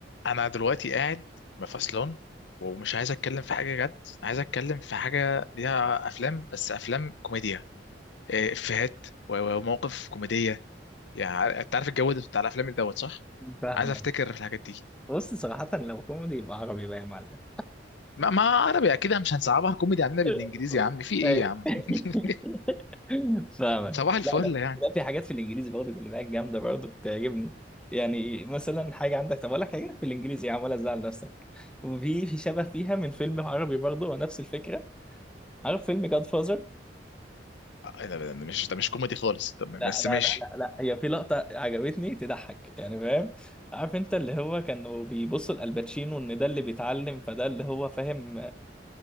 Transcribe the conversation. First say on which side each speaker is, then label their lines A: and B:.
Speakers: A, on the left; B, in the centre.
A: انا دلوقتي قاعد مفصلان ومش عايز اتكلم في حاجه جد عايز اتكلم في حاجه ليها افلام بس افلام كوميديا إيه، افيهات و- و- ومواقف كوميديه يعني عار- انت عارف الجو ده بتاع الافلام اللي دوت صح
B: فاهمة
A: عايز افتكر في الحاجات دي
B: بص صراحة لو كوميدي يبقى عربي بقى يا معلم
A: ما, ما عربي اكيد مش هنصعبها كوميدي عندنا بالانجليزي
B: <laughs>
A: يا عم في ايه
B: أيوة.
A: يا عم <laughs>
B: <laughs> فاهمك
A: صباح الفل
B: لا لا
A: يعني
B: لا في حاجات في الانجليزي برضه اللي بقى جامده برضه بتعجبني يعني مثلا حاجه عندك طب اقول لك حاجه في الانجليزي يا عم ولا تزعل نفسك وفي في شبه فيها من فيلم عربي برضه ونفس الفكره عارف فيلم جاد فازر
A: آه، إيه ده إيه ده- ده مش ده مش كوميدي خالص طب
B: لا
A: بس
B: لا
A: ماشي
B: لا لا لا هي في لقطه عجبتني تضحك يعني فاهم عارف انت اللي هو كانوا بيبصوا لالباتشينو ان ده اللي بيتعلم فده اللي هو فاهم